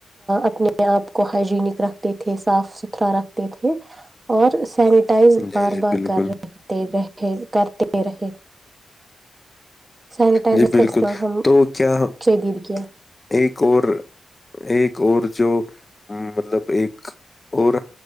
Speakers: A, on the right; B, on the left.
A: اپنے آپ کو ہائجینک رکھتے تھے صاف ستھرا رکھتے تھے اور سینٹائز
B: جی
A: بار
B: جی
A: بار
B: بالکل
A: کر رہ رہے کرتے رہے سینٹائزر
B: جی بالکل
A: گس تل ہم ہم
B: تو کیا
A: شدید کنہ
B: ایک اور ایک اور جو مطلب ایک اور